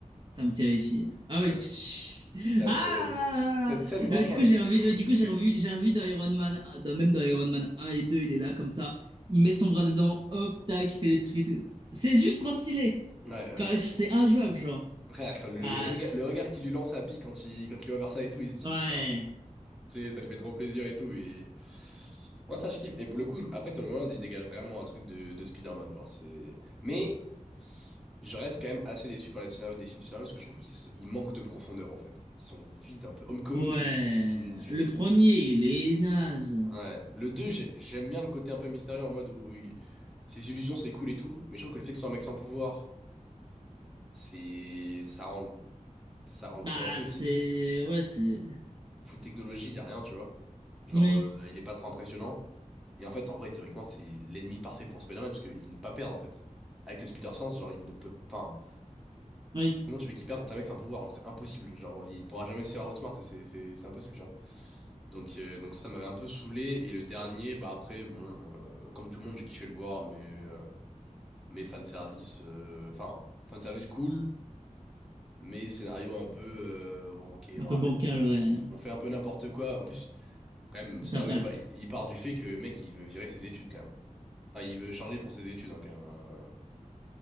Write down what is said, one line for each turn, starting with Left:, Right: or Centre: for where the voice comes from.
Right: Ça me terrifie. Ah oui.
Centre: T'as
Right: tch-
Centre: t'as
Right: Ah
Centre: adoré.
Right: là là
Centre: Cette
Right: là
Centre: scène, franchement,
Right: là. Euh, du coup,
Centre: je
Right: j'ai
Centre: l'ai
Right: revu,
Centre: trop
Right: euh, du
Centre: kiffé.
Right: coup, j'ai revu, j'ai revu dans Iron Man, euh, dans- même dans Iron Man un et 2, il est là comme ça. Il met son bras dedans, hop, tac, il fait les trucs et tout. C'est juste trop stylé.
Centre: Ouais, ouais.
Right: Quand- C'est injouable, genre.
Centre: Frère, quand le,
Right: Ah,
Centre: le regard, le regard qu'il lui lance à Happy quand il, quand il voit vers ça et tout, il se dit
Right: ouais.
Centre: putain, c'est, ça lui fait trop plaisir et tout. Et moi ça, je kiffe. Et pour le coup, après, tout le monde, il dégage vraiment un truc de, de Spider-Man. Genre c'est. Mais. Je reste quand même assez déçu par les scénarios des films Superman parce que je trouve qu'ils s- ils manquent de profondeur en fait. Ils sont vides un peu. Homecoming,
Right: Ouais,
Centre: il est d'une... d'une-
Right: le premier, il est naze.
Centre: Ouais. Le 2, j'ai- j'aime bien le côté un peu mystérieux en mode où il- ses illusions c'est cool et tout, mais je trouve que le fait que ce soit un mec sans pouvoir, c'est... ça rend... ça rend le
Right: Bah,
Centre: tout un peu vide.
Right: c'est... Ouais, c'est...
Centre: Full technologie, il a rien, tu vois. Genre,
Right: Oui,
Centre: euh, il est pas trop impressionnant. Et en fait, en vrai, théoriquement, c'est l'ennemi parfait pour Spider-Man parce qu'il ne peut pas perdre en fait. Avec le Spider-Sense, genre, il ne peut pas. hein.
Right: oui,
Centre: Comment tu veux qu'il perde quand un mec c'est un pouvoir? genre, C'est impossible. Genre, il pourra jamais se faire outsmart. C'est c'est- c'est- c'est impossible, tu vois. Donc, euh, donc ça m'avait un peu saoulé. Et le dernier, bah après, bon, euh, comme tout le monde, j'ai kiffé le voir, mais, euh, mais fanservice, euh, enfin, fanservice cool, mais scénario un peu, euh, bon, ok,
Right: un
Centre: on
Right: peu
Centre: ramène,
Right: bancal, ouais.
Centre: on fait un peu n'importe quoi. En plus, quand même, le
Right: Et
Centre: scénario,
Right: ça passe.
Centre: il, pa- il part du fait que le mec, il veut virer ses études quand même. Enfin, il veut changer pour ses études, hein, quand même. euh.